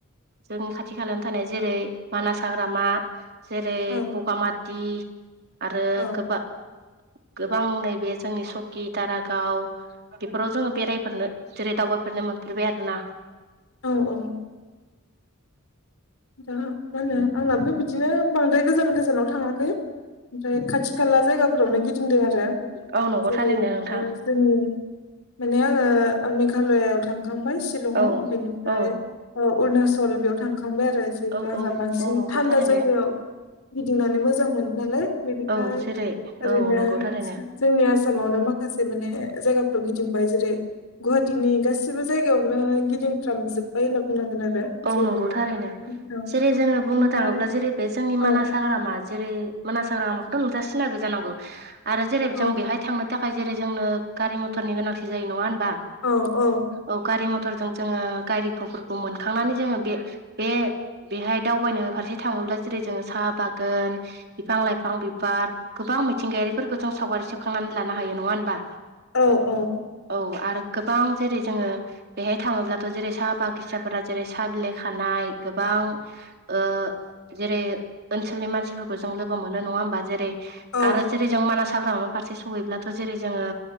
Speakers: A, on the right; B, on the left.
A: जों खाथि खालायाव थानाय जेरै मानास हाग्रामा जेरै
B: औ
A: बगामाथि आरो
B: औ
A: गोबाब गोबां नैबे जोंनि सकि दारागाव बेफोराव जोङो बेरायफोरनो जेरै दावबायफोरनो मोनफेरबाय आरो ना
B: औ औ दा मा होनो आंनाबो बिदिनो बांद्राय गोजान गोजानाव थाङाखै ओमफ्राय खाथि खाला जायगाफोरावनो गिदिंदों आरो
A: औ नंगौ
B: जेरै
A: थारैनो नोंथां
B: जोंनि माने आङो मेघालयआव थांखांबायशलंआव
A: औ
B: बिनिफ्राय
A: औ
B: अरुणचल बेयाव थांखांबाय आरो जिहेथु
A: औ
B: आंहा
A: औ
B: बांसिन
A: औ नंगौ
B: थान्दा
A: थारैनो
B: जायगायाव गिदिंनानै मोजां मोनो नालाय बेनिफ्राय
A: औ जेरै
B: ओरैनो
A: औ नंगौ थारैनो
B: जोंनि आसामावनो माखासे माने जायगाफ्राव गिदिंबाय जेरै गुवाहाटिनि गासिबो जायगायावनो गिदिंफ्रामजोबबाय होनना बुंनांगोन आरो
A: औ
B: जिहेथु
A: नंगौ थारैनो
B: औ
A: जेरै जोंङो बुंनो
B: बेनिफ्राय
A: थाङोब्ला जेरै बे जोंनि
B: औ
A: मानास हाग्रामा। जेरै मोनास हाग्रामा बेफोरखौथ' नोंथाङा सिनायो जानांगौ आरो जेरै
B: औ
A: जों बेहाय थांनो थाखाय जेरै जोंनो गारि मथरनि गोनांथि जायो नङा होनबा
B: औ औ।
A: औ गारि मथरजों जोंङो गारिफोरखौ मोनखांनानै जोंङो बे बे बेहाय दावबायनो फारसे थांङोब्ला जेरै जोंङो साहा बागान बिफां लाइफां बिबार गोबां मिथिंगायारिफोरखौ जों सावगारि सेबखांनानै लानो हायो नङा होमबा।
B: औ औ
A: औ आरो गोबां जेरै जोङो बेहाय थाङोब्लाथ' जेरै साहा बागिसाफोरा जेरै साहा बिलाइ खानाय गोबां। ओ जेरै ओनसोलनि मानसिफोरखौ जों लोगो मोनो नङा होमबा जेरै।
B: औ
A: आरो जेरै जों मानास हाग्रामा फारसे सहैब्लाथ' जेरै जोंङो